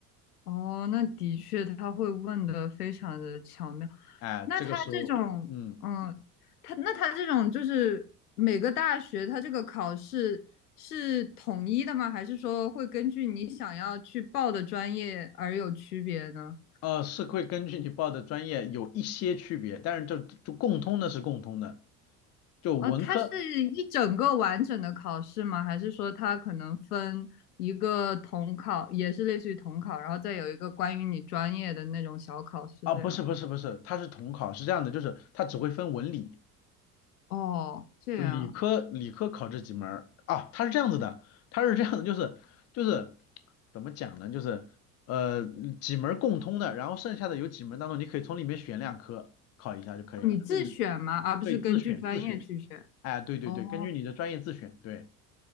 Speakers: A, on the left (about 70°); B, on the left (about 35°).
A: 哦，那的确他会问的非常的巧妙。
B: 哎，
A: 那他这种，
B: 这个时候，嗯。
A: 嗯，他那他这种就是每个大学他这个考试是统一的吗？还是说会根据你想要去报的专业而有区别呢？
B: 呃，是会根据你报的专业有一些区别，但是就就共通的是共通的，就文科
A: 哦，它是一整个完整的考试吗？还是说它可能分一个统考，也是类似于统考，然后再有一个关于你专业的那种小考试这样？
B: 啊，不是不是不是，它是统考，是这样的，就是它只会分文理，
A: 哦，这样啊
B: 就理科理科考这几门儿啊，它是这样子的，它是这样的，就是就是怎么讲呢，就是呃几门儿共通的，然后剩下的有几门当中你可以从里面选两科考一下就可以了，
A: 哦你自选吗？
B: 就你
A: 而不是根据专业去选？
B: 对自选自选，哎，对对对，
A: 哦
B: 根据你的专业自选，对，